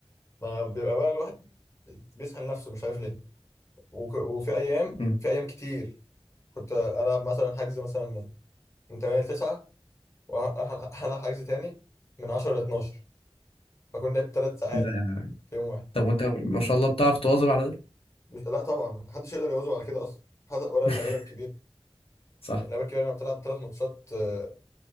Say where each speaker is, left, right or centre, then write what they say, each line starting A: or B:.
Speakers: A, on the left; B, on the left.
A: ما بيبقى بقى الواحد بيسحل نفسه مش عارف ليه وك- وفي أيام
B: مم.
A: في أيام كتير كنت ألعب مثلا حجز مثلا من من 8 ل 9 وهلعب حجز تاني من 10 ل 12 بكون لعبت ثلاث ساعات
B: ده.
A: في يوم واحد
B: طب وانت ما شاء الله بتعرف تواظب على ده
A: مش لا طبعا محدش يقدر يواظب على كده اصلا حد- ولا
B: <laughs>
A: اللعيبه الكبير
B: صح
A: اللعيبه الكبيره لما بتلعب ثلاث ماتشات آه،